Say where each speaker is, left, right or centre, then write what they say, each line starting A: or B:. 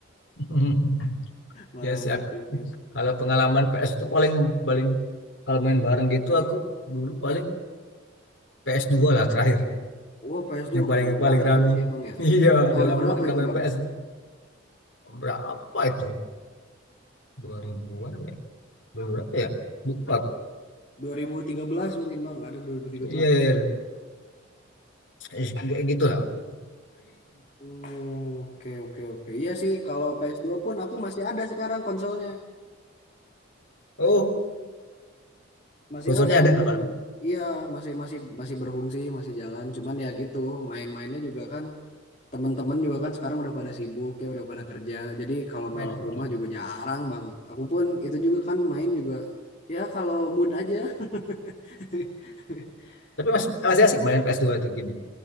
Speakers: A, on the left; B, on the left.
A: <laughs>
B: Marah-marah
A: Ya sih, ak-
B: dikit.
A: kalau pengalaman PS itu paling paling kalau main bareng gitu aku dulu paling ps dua lah terakhir
B: Wah, PS tuh
A: yang
B: udah
A: paling
B: lama
A: paling
B: banget
A: rame.
B: berarti ya, Bang ya.
A: <laughs> Iya,
B: Tahun
A: dalam
B: berapa
A: lama nggak
B: itu,
A: main
B: Bang?
A: PS berapa itu? Dua ribuan apa ya? 2000 berapa ya? Lupa.
B: dua ribu tiga belas mungkin, Bang. Ada dua ribu tiga belas
A: Iya, iya, iya. Eh, kayak gitu lah. <laughs>
B: Hmm, oke oke oke. Iya sih, kalau ps dua pun aku masih ada sekarang konsolnya.
A: Oh,
B: Masih
A: konsolnya
B: ada konsolnya.
A: ada kalau.
B: Iya, masih masih masih berfungsi, masih jalan. Cuman ya gitu, main-mainnya juga kan temen-temen juga kan sekarang udah pada sibuk ya, udah pada kerja. Jadi kalau
A: Oh.
B: main ke rumah juga jarang banget. Aku pun itu juga kan main juga ya kalau mood aja. <laughs>
A: Tapi masih masih asik main ps dua itu gamenya.